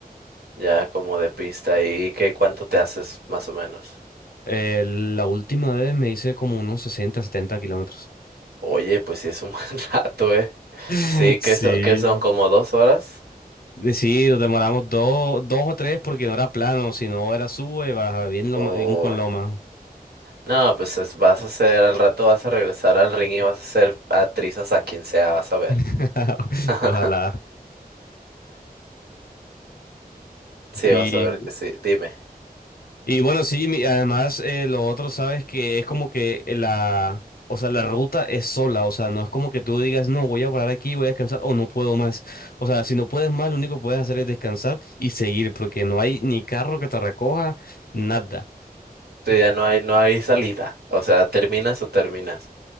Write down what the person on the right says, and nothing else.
ya como de pista. ¿Y qué cuánto te haces más o menos?
Oye, pues sí es un <laughs> buen rato, ¿eh?
Sí, que
son, que son como dos horas.
Oh.
No, pues es- vas a hacer, al rato vas a regresar al ring y vas a ser actriz hasta quien sea, vas a ver.
<laughs>
Sí,
vas a ver que sí. Dime,
tú ya no hay, no hay salida. O sea, terminas o terminas.